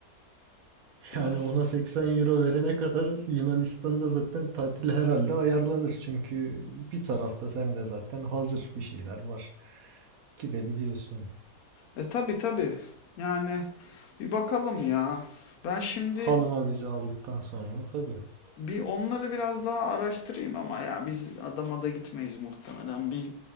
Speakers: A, on the left; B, on the right.
A: Da-
B: yani ona 80 euro verene kadar Yunanistan'da zaten tatil herhalde ayarlanır. Çünkü bir tarafta sen de zaten hazır bir şeyler var. Gidebiliyorsun.
A: E tabi tabi. Yani bir bakalım ya. Ben şimdi
B: Hanıma vize aldıktan sonra tabii.
A: bir onları biraz daha araştırayım ama ya biz adama da gitmeyiz muhtemelen. Bir